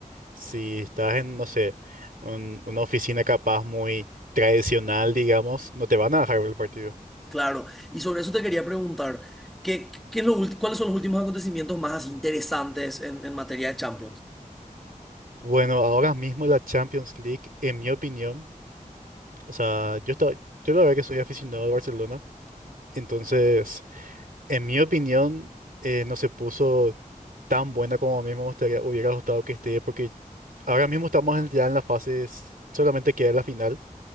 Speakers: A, on the right (about 80°); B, in the centre.
A: si estás en, no sé, un- una oficina capaz muy tradicional, digamos, no te van a dejar ver el partido.
B: claro. Y sobre eso te quería preguntar, ¿qué, qué es lo ulti- cuáles son los últimos acontecimientos más así interesantes en, en materia de Champions?
A: Bueno, ahora mismo la Champions League, en mi opinión, o sea, yo, estaba, yo la verdad que soy aficionado al Barcelona, entonces... En mi opinión, eh, no se puso tan buena como a mí me gustaría, hubiera gustado que esté, porque ahora mismo estamos en- ya en la fase, s- solamente queda la final.